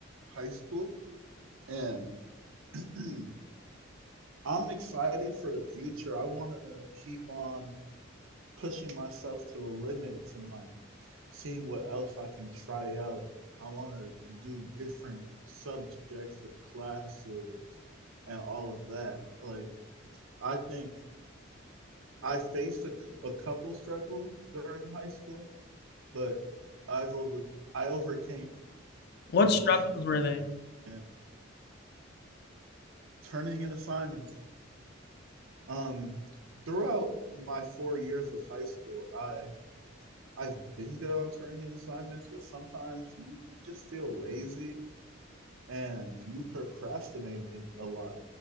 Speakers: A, on the right; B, on the left.
A: high school, and <clears throat> I'm excited for the future. I want to keep on pushing myself to the limits and like seeing what else I can try out. I want to do different subjects of classes and all of that. Like, I think I faced a, a couple struggles during high school, but I've over I overcame
B: What
A: most
B: struggles
A: of
B: were
A: them.
B: they?
A: And turning in assignments. Um, throughout my four years of high school, I I've been good on turning in assignments, but sometimes you just feel lazy and you procrastinating a lot.